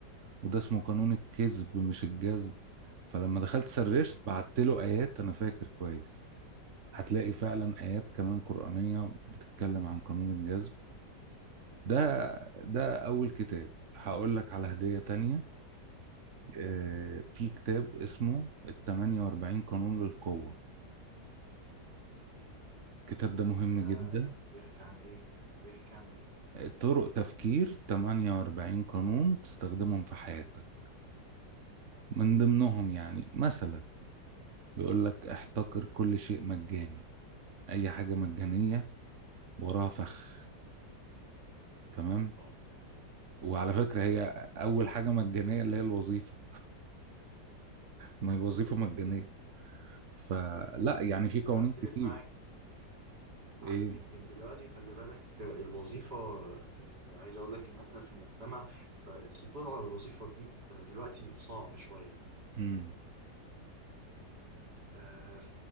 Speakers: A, on the right (about 50°); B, on the right (about 65°).
A: وده اسمه قانون الكذب مش الجذب فلما دخلت سرشت
B: مم.
A: بعت له آيات أنا فاكر كويس هتلاقي فعلا آيات كمان قرآنية بتتكلم عن قانون الجذب ده ده أول كتاب هقول لك على هدية تانية آه، في كتاب اسمه ال 48 قانون للقوة الكتاب ده مهم جدا
B: آه، بيحكي عن إيه؟ بيحكي عن إيه؟
A: آه، طرق تفكير 48 قانون تستخدمهم في حياتك من ضمنهم يعني مثلا يقول لك احتقر كل شيء مجاني اي حاجة مجانية وراها فخ تمام
B: اه الله
A: وعلى فكرة هي
B: مم.
A: أول حاجة مجانية اللي هي الوظيفة ما هي الوظيفة مجانية فلا يعني في
B: ممكن
A: قوانين
B: أختلف
A: كتير
B: معاك
A: إيه
B: آه، يمكن دلوقتي خلي بالك آه، الوظيفة آه، عايز أقول لك إن إحنا في مجتمع آه، الحصول على الوظيفة دي آه، دلوقتي صعب شوية
A: مم.
B: آه،